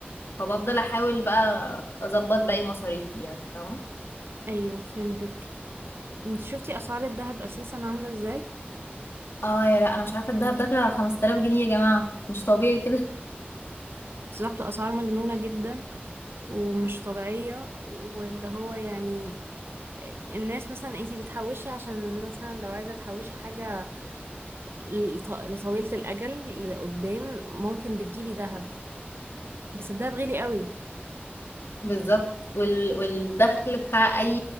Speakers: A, on the left; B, on the right.
A: فبفضل احاول بقى اظبط باقي مصاريفي يعني فاهمه
B: ايوه فهمتك انت شفتي اسعار الذهب اساسا عاملة ازاي
A: اه يا لا انا مش عارفه الدهب داخل على 5000 جنيه يا جماعه مش طبيعي كده
B: بالظبط اسعار مجنونة جدا ومش طبيعية واللي هو يعني الناس مثلا انتي بتحوشي عشان مثلا لو عايزة تحوشي حاجة لط- لطويلة الأجل لقدام ممكن بتجيبي ذهب بس الذهب غالي قوي
A: <laughs> بالظبط وال... والدخل بتاع اي